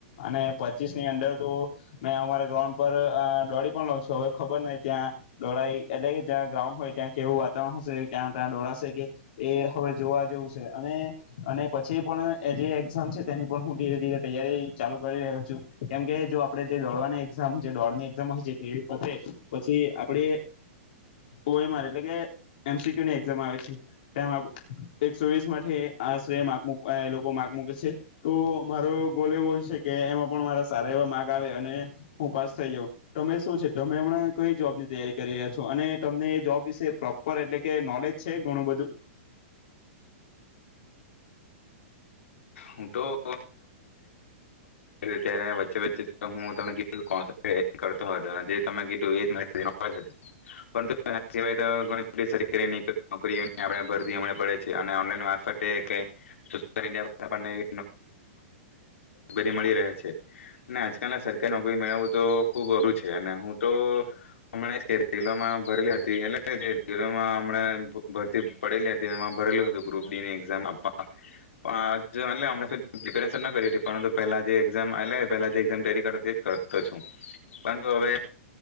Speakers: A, on the left; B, on the left.
A: અને પચીસ ની અંદર તો મેં અમારા ગ્રાઉન્ડ પર દોડી પણ લઉ છું, હવે ખબર નહી ત્યાં દોડાય એટલે કે જ્યાં ગ્રાઉન્ડ હોય ત્યાં કેવું વાતાવરણ હશે ક્યાં ત્યાં દોડાશે કે એ હવે જોવા જેવું શે અને અને પછી પણ એ જે એક્ઝામ છે, તેની પણ હું ધીરે ધીરે તૈયારી ચાલુ કરી રહ્યો છું, કેમકે જો આપણેે જે દોડવાની એક્ઝામ જે દોડની એક્ઝામ હોય છે, તે પછી આપડે ઓ એમ આર એટલે કે એમસીક્યુની એક્ઝામ આવે છે, તેમ એકસો વીસ માંથી આશરે માર્ક એ લોકો માર્ક મૂકે છે, તો મારો ગોલ એવો હોય છે, કે એમાં પણ મારા સારા એવા માર્ક આવે અને હું પાસ થઈ જાઉં તમે શું છે. તમે હમણાં કઈ જોબ ની તૈયારી કરી રહ્યા છો અને તમને એ જોબ વિશે પ્રોપર એટલે કે નોલેજ છે, ઘણું બધું
B: હું <unintelligible> તોલે ત્યારે વચ્ચે હું તમે કીધું કરતો હતો જે તમે કીધું એ પરંતુના સિવાય તોણી બધ સર નોકરીઓ આપ ભરતી હમણા પડે છે. <inaudible> ઓનલાઇન વાસ કે કે <inaudible> <unintelligible> ને મળી રહે છે, અને આજકાલ સરકારી નોકરી મેળવું તો ખુબ અઘરું છે, અને હું તો હમણાં કેલોમાં ભરેલી હતી એટમાં હમ ભરતી પડેલી હતી એમાં ભરેલું હતું ગ્રુપ ડીની એક્ઝામ આપવા પણ એટલે પ્રિપરેશન ના કરી પરંતુ પેલા જે એક્ઝામ એટલે પેલા એક્ઝામ જે કર કરતો છું, પરંતુ હવે